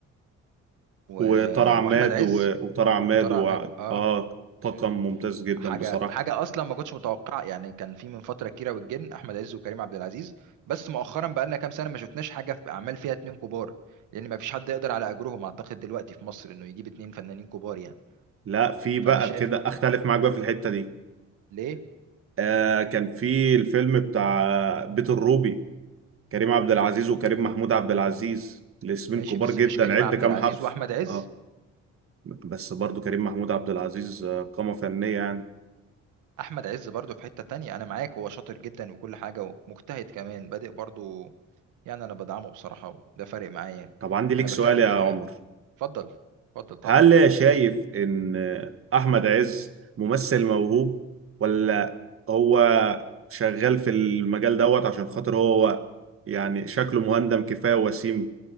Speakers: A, on the right (about 85°); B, on the right (about 45°).
A: و...
B: وطار عماد
A: واحمد عز
B: و... وطار عماد
A: وطارق
B: و...
A: عماد اه
B: اه طاقم
A: مم.
B: ممتاز جدا
A: حاجه
B: بصراحه
A: حاجه اصلا ما كنتش متوقع يعني كان في من فتره كيرة والجن احمد عز وكريم عبد العزيز بس مؤخرا بقى لنا كام سنه ما شفناش حاجه في اعمال فيها اتنين كبار لان ما فيش حد يقدر على اجرهم اعتقد دلوقتي في مصر انه يجيب اتنين فنانين كبار يعني
B: لا في بقى
A: فانا شايف
B: كده اختلف معاك بقى في الحته دي
A: ليه
B: آه كان في الفيلم بتاع بيت الروبي كريم عبد العزيز وكريم محمود عبد العزيز الاسمين
A: ماشي
B: كبار
A: بس
B: جدا
A: مش كريم
B: عد
A: عبد
B: كام
A: العزيز
B: حرف
A: واحمد عز
B: اه بس برضو كريم محمود عبد العزيز آه، قامة فنية يعني
A: احمد عز برضه في حته تانية انا معاك هو شاطر جدا وكل حاجه ومجتهد كمان بادئ برضه يعني انا بدعمه بصراحه وده فارق معايا يعني
B: طب عندي ليك
A: انا
B: سؤال
A: بتكلم
B: يا
A: في
B: عمر
A: اتفضل اتفضل طبعا
B: هل شايف ان آه، احمد عز ممثل موهوب ولا هو شغال في المجال دوت عشان خاطر هو يعني شكله مهندم كفاية وسيم